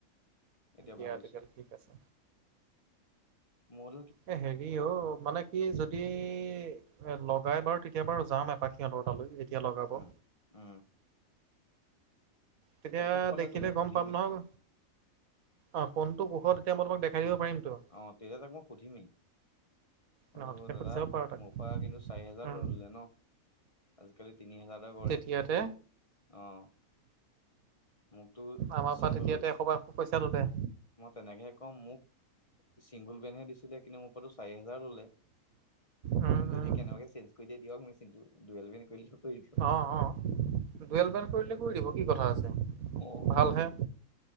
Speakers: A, on the left; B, on the right.
A: এতিয়া
B: দিয়া
A: ভাল হৈছে
B: তেতিয়াহ'লে ঠিক আছে।
A: মূল
B: এ হেৰি অ' মানে কি যদি এ লগাই বাৰু তেতিয়া বাৰু যাম এপক। সিহঁতৰ তালৈ যেতিয়া লগাব।
A: উম উম।
B: তেতিয়া
A: কুশক পালেতো
B: দেখিলে
A: মই
B: গম
A: সুধিমেই
B: পাম নহয়। অহ, কোনটো কোষত তেতিয়া মই তোমাক দেখাই দিব পাৰিমতো।
A: অহ, তেতিয়া তাক মই সুধিমেই। ক'লো
B: ন তেতিয়া
A: দাদা
B: সুধি চাব পাৰা তাক
A: মোৰ পৰা কিন্তু চাৰি হোজাৰ
B: উম
A: ললে ন' আজিকালি তিনি হোজাৰ সাধাৰণতে কৰে
B: তেতিয়াতে
A: অহ। মোকতো
B: আমাৰ
A: চিংগুল
B: পৰা তেতিয়াতে এশবিৰ পইচাটো দে।
A: মই তেনেকেহে কওঁ, মোক চিংগুল বেনহে দিছিলে কিন্তু মোক মোৰ পৰাটো চাৰি হোজাৰ ল'লে,
B: উম
A: যদি
B: উম
A: কেনেকুৱে চেঞ্জ কৰি দিয়ে দিয়ক মেচিনটো। দোএল বিন কৰিল ক
B: অহ', অহ'। এল বেন কৰিলে কৰি দিব কি কথা আছে।
A: অহ।
B: ভালহে।